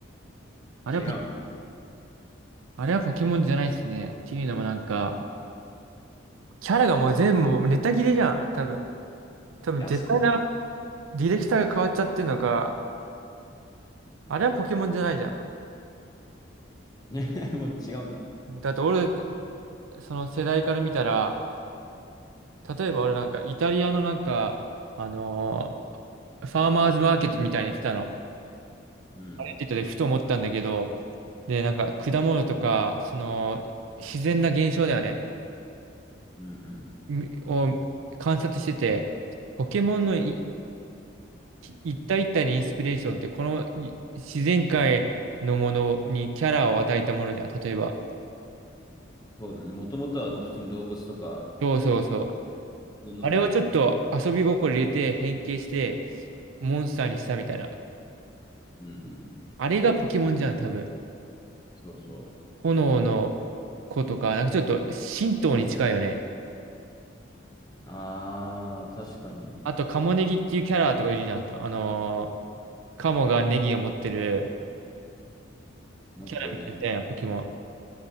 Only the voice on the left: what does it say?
違うの
いや、そ <laughs>
ねもう違うんだ。
うん。
うんうん。
そうだね。もともとはもう普通に動物とか、
普通の、
うんうん。
そうそ
う。ああ、確かに。
持ってるね。